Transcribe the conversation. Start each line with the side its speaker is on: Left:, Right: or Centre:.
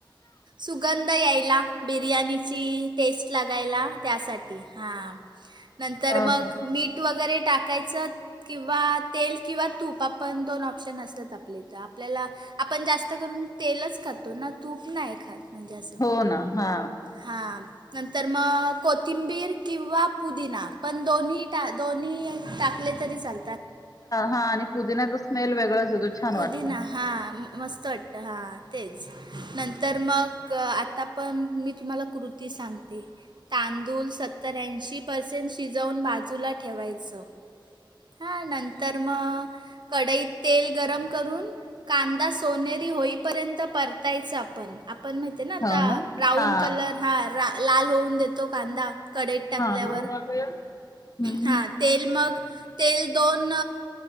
Right: सुगंध यायला बिर्याणीची टेस्ट लागायला त्यासाठी हां नंतर
Left: ओके
Right: मग मीठ तूट वगैरे टाकायचं किंवा तेल किंवा तूप आपण दोन ऑप्शन असतात आपले आपल्याला आपण जास्त करून तेलच खातो ना तूप नाही खातो पंजास
Left: हो ना हा
Right: हां नंतर मग कोथिंबीर किंवा पुदिना पण दोन्ही टा दोन्ही टाकले तरी चाल
Left: हा आणि क पुदिण्याचा स्मेल वेगळाच होतो छान
Right: पुदीिना
Left: वाटत
Right: हा मस्त हट्टं हां तेच नंतर मग आता पण मी तुम्हाला कृती सांगते तांदूळ सत्त्याऐंशी पर्सेंट शिजवून बाजूला ठेवायचं हां नंतर मग कढाईत तेल गरम कांदा सोरी होईपर्यंत परतायच आपण आपण ते ना आता
Left: हो
Right: ब्राऊन
Left: हा
Right: कलर हा लाल होऊन देतो कांदा कडेेत टाकल्यावर
Left: हा हा हम्म
Right: हा तेल मग तेल दोन